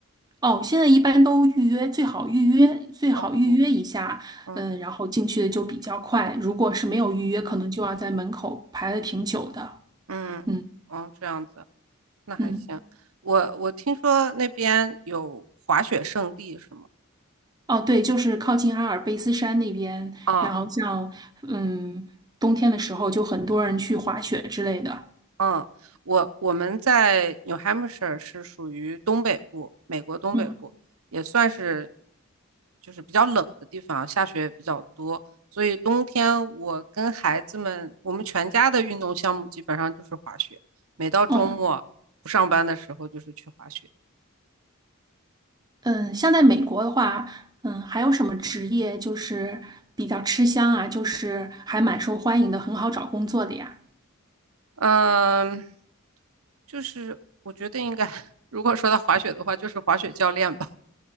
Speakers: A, on the right (about 20°); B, on the right (about 80°).
A: 哦，现在一般都预约，最好预约，最好预约一下，
B: 哦，预约。嗯
A: 嗯，然后进去的就比较快。如果是没有预约，可能就要在门口排的挺久的。
B: 嗯嗯，
A: 嗯
B: 哦，这样子。那还行。
A: 嗯，
B: 我我听说那边有滑雪胜地是吗？
A: 哦，对，就是靠近阿尔卑斯山那边，
B: 啊，
A: 然后像嗯冬天的时候，就很多人去滑雪之类的。
B: 嗯，我我们在 New Hampshire 是属于东北部，美国东北部，
A: 嗯
B: 也算是就是比较冷的地方，下雪也比较多，所以冬天我跟孩子们，我们全家的运动项目基本上就是滑雪，每到周末不上班的时候就是去滑雪。
A: 嗯嗯，像在美国的话，嗯，还有什么职业就是比较吃香啊，就是还蛮受欢迎的，很好找工作的呀？
B: 嗯，就是我觉得应该，如果说到滑雪的话，就是滑雪教练吧。